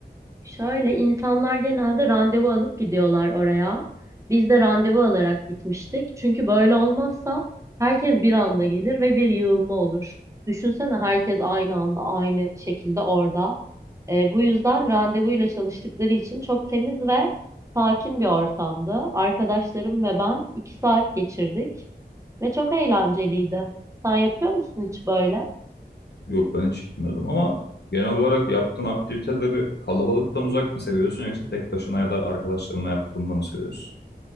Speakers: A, on the right; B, on the left.
A: Şöyle insanlar genelde randevu alıp gidiyorlar oraya. Biz de randevu alarak gitmiştik. Çünkü böyle olmazsa herkes bir anda gelir ve bir yığılma olur. Düşünsene herkes aynı anda aynı şekilde orada. Ee, bu yüzden randevuyla çalıştıkları için çok temiz ve sakin bir ortamdı. Arkadaşlarım ve ben iki saat geçirdik ve çok eğlenceliydi. Sen yapıyor musun hiç böyle?
B: Yok ben hiç gitmedim ama genel olarak yaptığın aktiviteleri kalabalıktan uzak mı seviyorsun yoksa tek başına ya da arkadaşlarınla yaptığında mı seviyorsun?